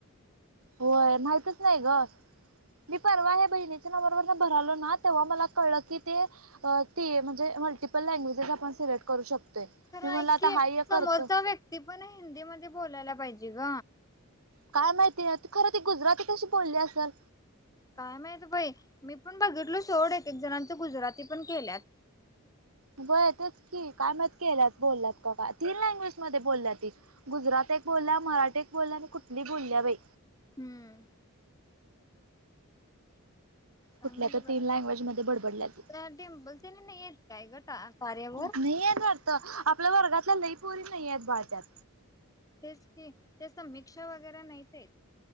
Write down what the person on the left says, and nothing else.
खरं
ऐक
की
समोरचा
व्यक्ती पण हिंदी मध्ये बोलायला पाहिजे ग
काय माहित बाई मी पण बघितलो सेोढ एक एक जणांच गुजराती पण केल्यात
हम्म काय
माहित
बर
आता
रज डिंपल त्यांनी नाही हाइत काय ग कार्यावर
त्यास त मिक्सर वगैरे नाहीच